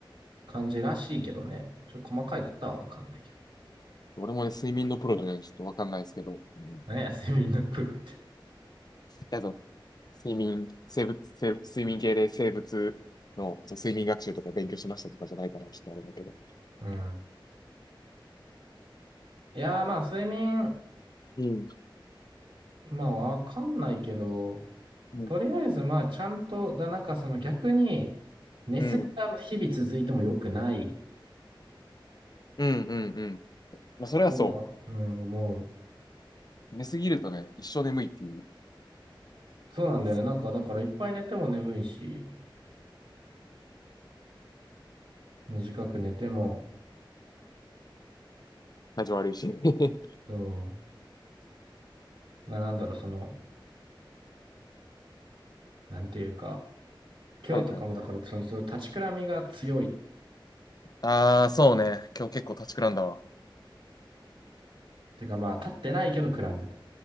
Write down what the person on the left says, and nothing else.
俺もね、睡眠のプロじゃないんでちょっとわかんないですけど。うん。
やだ、睡眠、生物、生睡眠系で生物のそう睡眠学習とか勉強しましたとかじゃないから、ちょっとあれだけど。
うん。
うん
うん。うんうんうん。まあ、それはそ
う。寝すぎるとね、一生眠いっていう
ね。
体調悪いし。<laughs>
はいはい。
ああ、そうね。今日結構立ちくらんだわ。